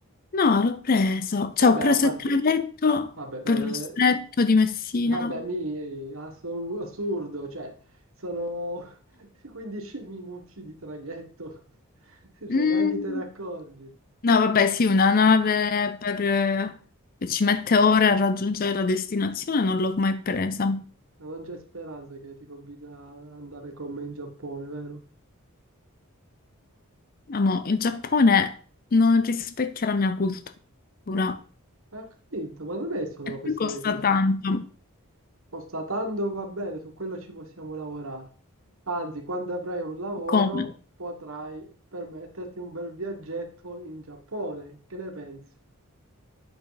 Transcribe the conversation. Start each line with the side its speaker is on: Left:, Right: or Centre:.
Left: No, l'ho preso, cioè
Right: Vabbè,
Left: ho preso
Right: a parte,
Left: il traghetto
Right: vabbè, per,
Left: per lo stretto di Messina.
Right: vabbè, mi, assol- assurdo, cioè, sono <laughs> 15 minuti di traghetto, <laughs> cioè,
Left: Mm,
Right: neanche te ne accorgi.
Left: No, vabbè, sì, una nave per, eh, che ci mette ore a raggiungere la destinazione non l'ho mai presa.
Right: Ma Non c'è speranza che ti convinca ad andare con me in Giappone, vero?
Left: Amo, il Giappone non rispecchia la mia cultura.
Right: Eh, ho capito, ma non è solo
Left: E
Right: una questione
Left: poi costa
Right: di cultura.
Left: tanto.
Right: Constatando va bene, su quello ci possiamo lavorare. Anzi, quando avrai un lavoro
Left: Come?
Right: potrai permetterti un bel viaggetto in Giappone. Che ne pensi?